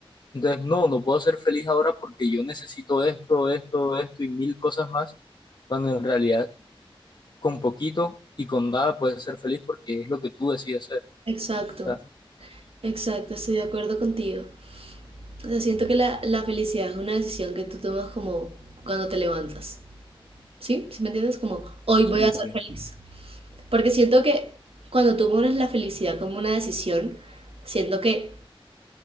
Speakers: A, on the left; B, on the right.
A: Entonces, no, no puedo ser feliz ahora porque yo necesito esto, esto, esto y mil cosas más, cuando en realidad con poquito y con nada puedes ser feliz porque es lo que tú decides ser.
B: exacto,
A: O sea,
B: exacto, estoy de acuerdo contigo. O sea, siento que la, la felicidad es una decisión que tú tomas como cuando te levantas. ¿Sí? ¿Sí me entiendes? Como hoy
A: Sí,
B: voy a ser
A: sí.
B: feliz. Porque siento que cuando tú pones la felicidad como una decisión, siento que